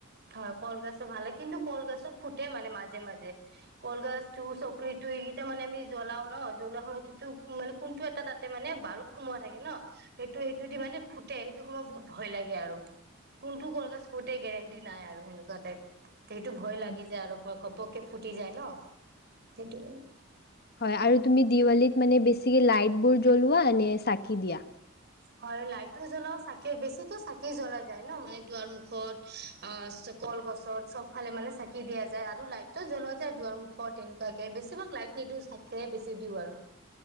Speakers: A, on the right; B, on the left.
A: হয় কলগছ ভাল লে কিন্তু কলগছ ফুটে মানে মাজে মাজে কলগছটো চকৰিটো এইকেইটা মানে আমি জ্বলাও ন জ্বলোৱা সময়ত কিন্তু মানে কোনটো এটা তাতে মানে বাৰুত সোমোৱা থাকে ন সেইটো সেইটো দি মানে ফুটে সেইটো সময় বহুত ভয় লাগে আৰু কোনটো কলগছ ফুটি। নাই আৰু সেনেকুৱা তাইক। সেইটো ভয়
B: হয়
A: লাগি যায় আৰু ঘপক। কে ফুটি যায় ন সেইটো।
B: হয়, আৰু দেৱালীত মানে বেছিকৈ লাইটবোৰ জ্বলোৱা নে চাকি দিয়া।
A: হয়, লাইটটো জ্বলাও চাকে বেছিতো চাকি জ্বলা যায় ন, মানে দুৱাৰ মুখত অ কলগছত চবফালে মানে চাকি দিয়া যায় আৰু লাইটটো জ্বলোৱা যায় দুৱাৰ মুখত এনেকুৱাকে বেছিভাগ লাইট নিদিও চাকিৰে বেছি দিও আৰু